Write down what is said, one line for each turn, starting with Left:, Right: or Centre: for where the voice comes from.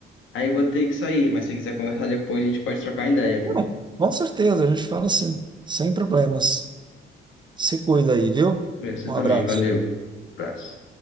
Left: Aí eu vou ter que sair, mas se quiser conversar depois, a gente pode trocar ideia.
Right: Não, com certeza, a gente fala assim, sem problemas. Se cuida aí, viu?
Left: Pra Você
Right: Um
Left: também,
Right: abraço.
Left: valeu. Abraço.